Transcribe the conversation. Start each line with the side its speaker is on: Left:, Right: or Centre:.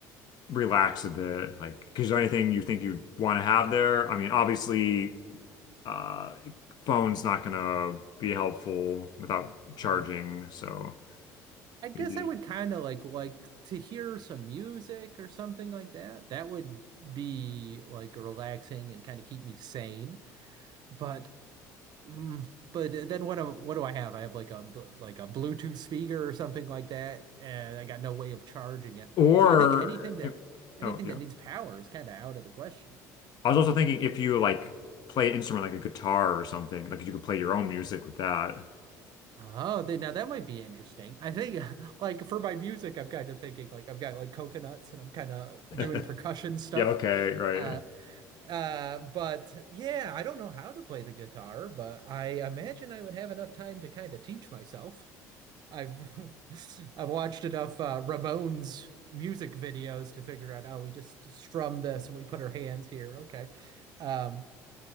Left: relax a bit. Like, is there anything you think you'd want to have there? I mean, obviously, uh, phone's not gonna be helpful without charging,
Right: yeah.
Left: so
Right: I guess
Left: maybe.
Right: I would kind of like like to hear some music or something like that. That would be like relaxing and kind of keep me sane. But mm, but then what am what do I have? I have like a bl- like a Bluetooth speaker or something like that, and I got no way of charging it.
Left: Or
Right: So I think anything that
Left: if,
Right: anything
Left: oh yeah.
Right: that needs power is kind of out of the question.
Left: I was also thinking if you like play an instrument like a guitar or something, like you could play your own music with that.
Right: Oh, they, now that might be interesting. I think, <laughs> like, for my music, I'm kind of thinking, like, I've got like coconuts and I'm kind of doing
Left: <laughs>
Right: percussion stuff.
Left: Yeah, okay, right.
Right: Uh, uh, but yeah, I don't know how to play the guitar, but I imagine I would have enough time to kind of teach myself. I've <laughs> I've watched enough uh, Ramones music videos to figure out, oh, we just strum this and we put our hands here. Okay. Um,